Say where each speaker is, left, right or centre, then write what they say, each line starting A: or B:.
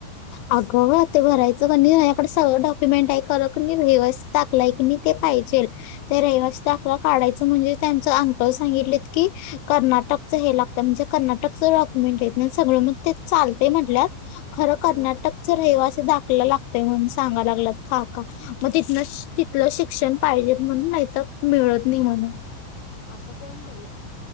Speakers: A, on the left; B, on the left.
A: अगं ते भरायचं का नाही माझ्या कडे सगळं डॉक्युमेंट ऐ खर का नाही रहिवासी दाखला टाकलाय की ते पाहिजे त्या रहिवास दाकला काढायचं म्हणजे त्यांच अंक सांगितलेत की कर्नाटक व हे लागत आमचं कर्नाटकचं डॉक्युमेंट आहेत ना सगळं मग चालते म्हटत खर कर्नाटक
B: हम्म
A: कर्नाटकच रहिवासी दाखला लागतय म्हणून सांगा लागत काका मग तिथन तिथलं शिक्षण पाहिजे म्हणून नाही तर मिळत नाही म्हणे.
B: असं कोण बोलल